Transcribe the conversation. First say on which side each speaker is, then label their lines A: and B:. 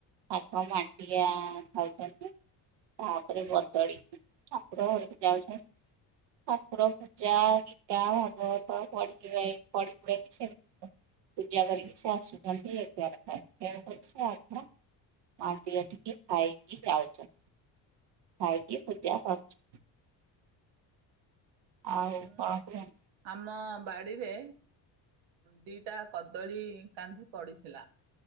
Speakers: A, on the right (about 65°); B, on the right (about 85°).
A: ଆଗ ମାଣ୍ଡିଆ ଖାଉଛନ୍ତି। ତାପରେ ବଦଳି ଠାକୁର ଘରକୁ ଯାଉଛ ଠାକୁର ପୂଜା ଗୀତା ଭାଗବତ ପଢ଼ି କିଆ ଇ ପାଢିପୁଢ଼ା ସେ ପୂଜା କରିକି ସେ ଆସୁଛନ୍ତି ଏଗାରଟାରେ ତେଣୁ କରି ସେ ଆଗୁଆ ମାଣ୍ଡିଆ ଟିକେ ଖାଇକି ଯାଉଚନ୍ତି। ଖାଇକି ପୂଜା କରୁଛ ଆଉ
B: ମୁଁ
A: କଣ କୁହ?
B: ଆମ ବାଡିରେ ଦିଟା କଦଳୀ କାନ୍ଧି ପଡିଥିଲା।